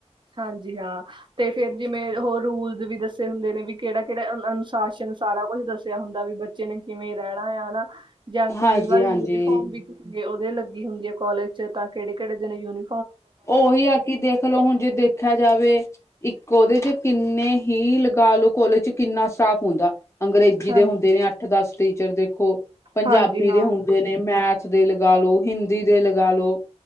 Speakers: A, on the right (about 45°); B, on the left (about 25°).
A: ਹਾਂਜੀ, ਹਾਂ। ਤੇ ਫੇਰ ਜਿਵੇਂ ਹੋਰ ਰੂਲ ਵੀ ਦੱਸੇ ਹੁੰਦੇ ਨੇ, ਵੀ ਕੇੜਾ-ਕੇੜਾ ਅਨੁਸ਼ਾਸਨ ਸਾਰਾ ਕੁਝ ਦੱਸਿਆ ਹੁੰਦਾ ਵੀ ਬ ਬੱਚੇ ਨੇ ਕਿਵੇਂ ਰੈਣਾ ਆਂ ਅਨਾਂ, ਜਾਂ
B: ਹਾਂਜੀ-ਹਾਂਜੀ
A: ਕਈ ਵਾਰ ਯੂਨੀਫਾਰਮ ਵੀ ਜੇ ਓਦੇ ਲੱਗੀ ਹੁੰਦੀ ਐ ਕੋਲਜ ਚ ਤਾਂ ਕੇੜੇ-ਕੇੜੇ ਦਿਨ ਯੂਨੀ
B: ਓਹੀ ਆ ਕੇ ਦੇਖਲੋ ਹੁਣ ਜੇ ਦੇਖਿਆ ਜਾਵੇ। ਇੱਕ ਓਦੇ ਚ ਕਿੰਨੇ ਹੀ ਲਗਾ ਲੋ ਕੋਲੇਜ ਚ ਕਿੰਨਾ ਸਟਾਫ ਹੁੰਦਾ। ਅੰਗਰੇਜ਼ੀ
A: ਹਾਂਜੀ
B: ਦੇ ਹੁੰਦੇ ਨੇ ਅੱ ਦਸ ਟੀਚਰ ਦੇਖੋ, ਪੰਜਾਬੀ
A: ਹਾਂਜੀ ਹਾਂ
B: ਦੇ ਹੁਣ ਹੁੰਦੇ ਨੇ, ਮੈਥ ਦੇ ਲਗਾ ਲੋ, ਹਿੰਦੀ ਦੇ ਲਗਾ ਲੋ।